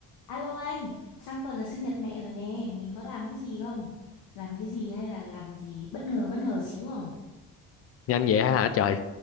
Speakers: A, on the left (about 75°); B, on the left (about 45°).
A: Alo anh, sang tuần là sinh nhật mẹ rồi nè, mình có làm cái gì không? Làm cái gì hay là làm gì bất ngờ bất ngờ xíu không?
B: nhanh vậy hả trời